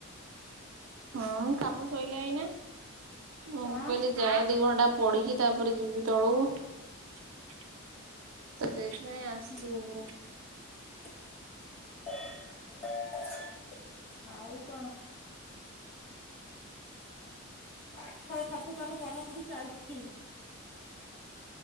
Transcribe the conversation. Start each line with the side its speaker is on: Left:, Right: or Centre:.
Right: ହୁଁ କାମ ଶୋଇଲା ଏଇ ନା
Left: କଣ
Right: ଓ ପ ଯାଏ ଦି ଘଣ୍ଟା ପଢିକି ତାପରେ ଯିବି ତଳୁ ତ ସେଇଥିପାଇ ଆସଛି
Left: ହୁଁ
Right: ଉପରୁ
Left: <inaudible> ଆଉ। କଣ ପାଠ ସାଠ ସଲ ପଢାପଢି ଚାଲିଛି